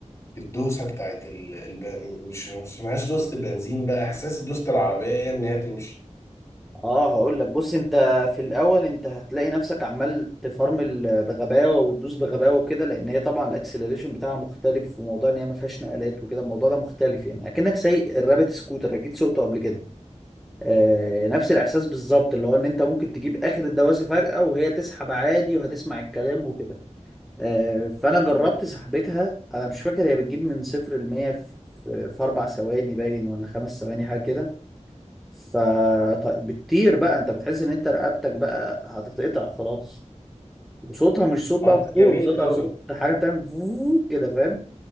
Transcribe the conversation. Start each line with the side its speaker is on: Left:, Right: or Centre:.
Left: الدوسة بتاعت ال... الب... مش مش اسمهاش دوسة البنزين بقى احساس دوسة العربية ايه ان هي تمشي
Centre: اه هقول لك بص انت في الاول انت هتلاقي نفسك عمال تفرمل بغباوة وتدوس بغباوة وكده لان هي طبعا الاكسلريشن بتاعها مختلف وموضوع ان هي ما فيهاش نقلات وكده الموضوع ده مختلف يعني اكنك سايق الرابت سكوتر اكيد سوقته قبل كده آه، نفس الاحساس بالظبط اللي هو ان انت ممكن تجيب اخر الدواسه فجاه وهي تسحب عادي وهتسمع الكلام وكده آه، فانا جربت سحبتها انا مش فاكر هي بتجيب من صفر لمية في في في اربع ثواني باين ولا خمس ثواني حاجه كده فبتطير بقى انت بتحس ان انت رقبتك بقى هتتقطع خلاص وصوتها مش صوت بقى
Left: والله
Centre: موتور
Left: جميل
Centre: صوتها
Left: قوي
Centre: صوت حاجه بتعمل فووو كده فاهم